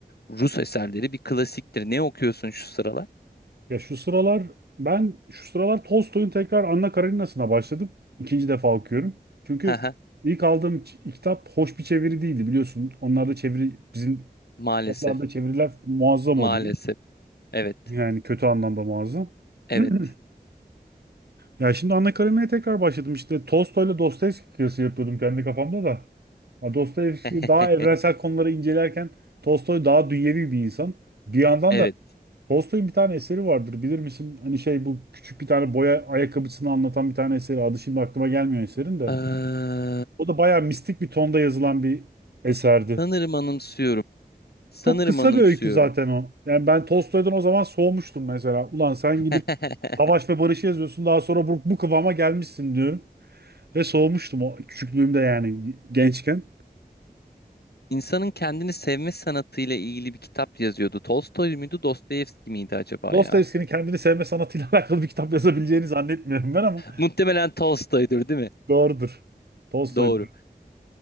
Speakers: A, on the left; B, on the right.
A: Rus eserleri bir klasiktir. Ne okuyorsun şu sıralar?
B: Ya şu sıralar, ben şu sıralar Tolstoy'un tekrar Anna Karenina'sına başladım. İkinci defa okuyorum. Çünkü
A: Hı hı.
B: ilk aldığım ç- kitap hoş bir çeviri değildi biliyorsun. Onlar da çeviri bizim
A: Maalesef,
B: Kitaplarda çeviriler muazzam
A: maalesef.
B: oluyor.
A: Evet,
B: Yani kötü anlamda muazzam.
A: evet,
B: <clears throat> Ya şimdi Anna Karenina'ya tekrar başladım. İşte Tolstoy'la Dostoyevski kıyası yapıyordum kendi kafamda da. Ha, Dostoyevski
A: <laughs>
B: daha evrensel konuları incelerken Tolstoy daha dünyevi bir insan. Bir yandan
A: evet.
B: da Tolstoy'un bir tane eseri vardır. Bilir misin? Hani şey bu küçük bir tane boya ayakkabısını anlatan bir tane eseri. Adı şimdi aklıma gelmiyor eserin de.
A: Eee,
B: O da bayağı mistik bir tonda yazılan bir eserdi.
A: sanırım anımsıyorum. Sanırım
B: Çok kısa
A: anımsıyorum.
B: bir öykü zaten o. Yani ben Tolstoy'dan o zaman soğumuştum mesela. Ulan sen
A: <laughs>
B: gidip Savaş ve Barış'ı yazıyorsun daha sonra bu, bu kıvama gelmişsin diyorum. Ve soğumuştum o küçüklüğümde yani gençken.
A: İnsanın kendini sevme sanatıyla ilgili bir kitap yazıyordu. Tolstoy muydu, Dostoyevski miydi acaba
B: Dostoyevski'nin
A: ya?
B: kendini sevme sanatıyla <laughs> alakalı bir kitap yazabileceğini zannetmiyorum ben ama
A: Muhtemelen Tolstoy'dur, değil mi?
B: doğrudur. Tolstoy'dur.
A: Doğru.